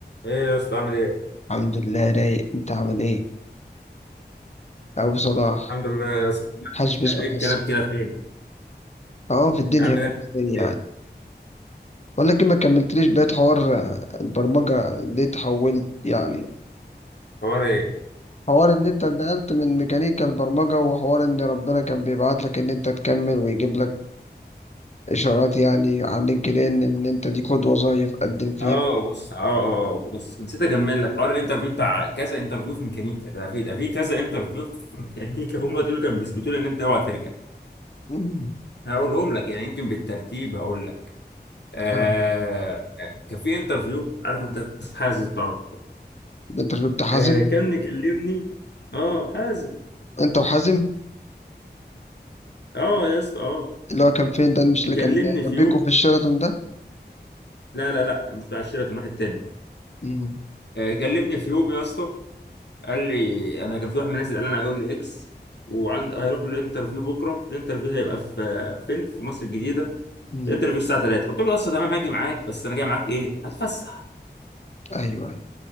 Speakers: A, on the left (about 75°); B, on the left (about 40°).
A: ايه يا اسطى عامل ايه؟
B: الحمد لله رايق انت عامل ايه ابو صلاح
A: الحمد لله يا اسطى
B: حاج باسمك
A: ايه الكلام
B: بس
A: كده فين؟
B: اه في الدنيا
A: يا عم
B: في
A: ده انت
B: الدنيا
A: ايه؟
B: يعني بقول لك إيه، ما كملتليش بقية حوار آه، البرمجة ليه تحولت يعني
A: حوار ايه؟
B: حوار ان انت انتقلت من ميكانيكا البرمجة وحوار ان ربنا كان بيبعت لك ان انت تكمل ويجيب لك اشارات يعني على لينكد ان ان انت دي خد وظايف قدم فيها
A: اه بص اه اه آه، بص نسيت اكمل لك حوار الانترفيو بتاع كذا انترفيو في ميكانيكا ده في ده في كذا انترفيو في ميكانيكا هم دول كانوا بيثبتوا لي ان انت اوعى ترجع
B: <clears throat> مم.
A: هقولهم لك يعني يمكن بالترتيب هقول لك آه
B: اه
A: كان في انترفيو عارف انت حازم طبعا
B: انت كنت حازم
A: آه كان مكلمني اه حازم
B: انت وحازم
A: اه يا اسطى اه
B: اللي هو كان فين ده مش اللي كان
A: كلمني
B: جنبيكوا
A: في يوم
B: في الشيراتون ده
A: لا لا لا مش بتاع الشركه واحد تاني
B: مم.
A: آه، كلمني في يوم يا اسطى قال لي انا كان في واحد من الناس اللي قال انا هيقول لي اكس وعند هيروح له الانترفيو بكره الانترفيو هيبقى في آه، فين في مصر الجديده
B: مم.
A: الانترفيو الساعه 3 قلت له يا اسطى تمام هاجي معاك بس انا جاي معاك ايه هتفسح
B: ايوه ايوه